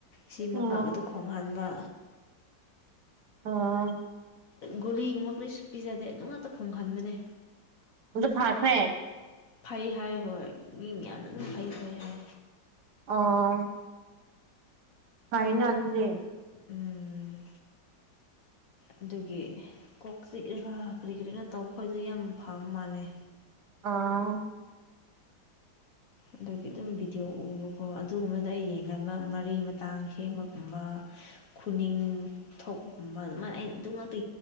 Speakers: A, on the left; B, on the right.
A: ꯁꯤ ꯃꯉꯥꯗ
B: ꯑꯣ
A: ꯈꯣꯡꯍꯟꯕ
B: ꯑꯣ
A: ꯒꯨꯂꯤꯒꯨꯝꯕ ꯀꯔꯤꯁꯨ ꯄꯤꯖꯗꯦ ꯑꯗꯨ ꯉꯥꯛꯇ ꯈꯣꯡꯍꯟꯕꯅꯦ
B: ꯃꯗ ꯐꯥꯈ꯭ꯔꯦ
A: ꯐꯩ ꯍꯥꯏ ꯍꯣꯏ ꯃꯤ ꯃꯌꯥꯝꯅ ꯑꯗꯨꯝ ꯐꯩ ꯐꯩ ꯍꯥꯏ
B: ꯑꯣ ꯐꯥꯏꯅ ꯑꯗꯨꯗꯤ
A: ꯎꯝ
B: <inaudible>
A: ꯑꯗꯨꯒꯤ ꯀꯣꯛ ꯆꯤꯛꯂꯒꯥ ꯀꯔꯤ ꯀꯔꯤꯅꯣ ꯇꯧꯕ ꯈꯣꯏꯗꫭ ꯌꯥꯝ ꯐꯕ ꯃꯥꯜꯂꯦ
B: ꯑꯥ
A: ꯑꯗꯨꯒꯤ ꯑꯗꯨꯝ ꯚꯤꯗꯤꯑꯣ ꯎꯕꯀꯣ ꯑꯗꯨꯒꯨꯝꯕꯗ ꯑꯩ ꯌꯦꯡꯒꯟꯕ ꯃꯔꯤ ꯃꯇꯥꯡ ꯁꯦꯝꯕꯒꯨꯝꯕ ꯈꯨꯅꯤꯡ ꯊꯣꯛꯄꯒꯨꯝꯕ ꯑꯗꯨꯃꯥꯏꯅ ꯑꯗꯨꯃꯛꯇ